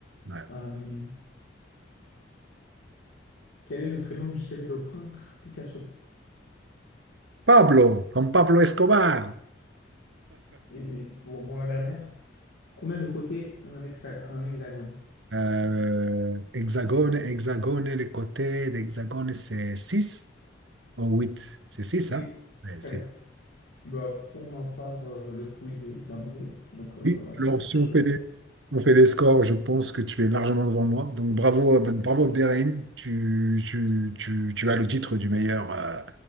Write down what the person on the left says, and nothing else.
Euh, quel est le prénom du célèbre peintre Picasso?
Et pour bon, la dernière, combien de côtés a un, hexa- un hexagone?
Oui,
très
bien. Bah, pour ma part, euh, le quiz est terminé. Donc euh,
voilà, c'était
autre chose.
à rajouter.